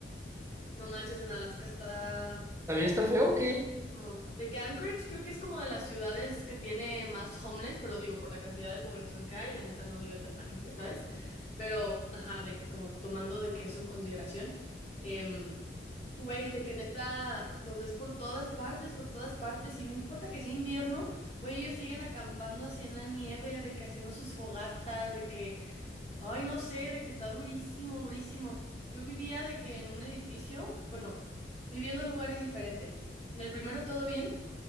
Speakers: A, on the left (about 40°); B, on the right (about 15°).
A: No manches, en Alaska está.
B: <laughs> También está feo que,
A: No, de que Anchorage creo que es como de las ciudades que tiene más homeless, pero digo, por la cantidad de población que hay, la neta no vive tanta gente, ¿sabes? Pero, ajá, de que como tomando de que eso en consideración, em, güey, de que neta los ves por todas partes, por todas partes, y no importa que sea invierno, güey, ellos siguen acampando así en la nieve, de que haciendo sus fogatas, de que, ay, no sé, de que está durísimo, durísimo. Yo vivía de que en un edificio, bueno, vivía en dos lugares diferentes. En el primero todo bien.